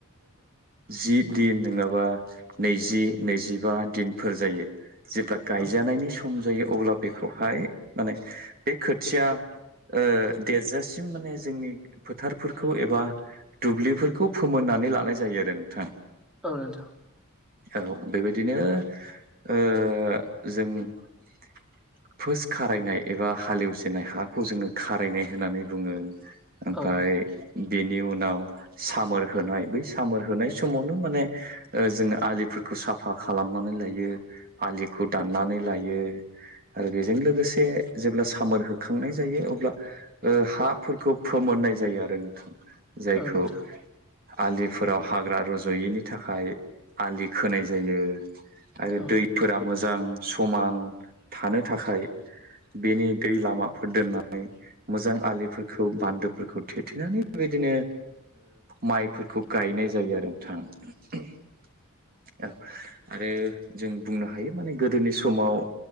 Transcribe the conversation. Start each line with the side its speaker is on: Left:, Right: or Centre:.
Right: जि दिन नङाबा नैजि नैजिबा दिनफोर जायो जेब्ला गायजानायनि
Centre: औ
Right: सम खम जायो अब्ला बेखौहाय माने बे खोथिया ओ देरजासिम माने जोंनि फोथारफोरखौ एबा दुब्लिफोरखौ फोमोननानै लानाय जायो आरो नोंथां।
Centre: औ नोंथां
Right: औ बेबायदिनो ओ जों <inaudible> फुस खारायनाय एबा हालेवजेननाय हाखौ जोंङो खारायनाय होननानै बुङो। ओमफाय
Centre: औ
Right: बेनि उनाव सामोर होनाय बै सामार होनाय समावनो माने जोंङो आलिफोरखौ साफा खालामनानै लायो आलिखौ दाननानै लायो। आरो बेजों लोगोसे जेब्ला सामोर होखांनाय जायो अब्ला ओ हाफोरखौ फोमोननाय जायो आरो नोंथां
Centre: औ
Right: जायखौ
Centre: नोंथां
Right: आलिफोराव हाग्रा रज'यैनि थाखाय आलि खोनाय जायो। आरो
Centre: औ
Right: दैफोरा मोजां समान थानो थाखाय बेनि दै लामाफोर दोननानै मोजां आलिफोरखौ बान्दोफोरखौ थेथेनानै बेबायदिनो माइफोरखौ गायनाय जायो आरो नोंथां। औ आरो जों बुंनो हायो माने गोदोनि समाव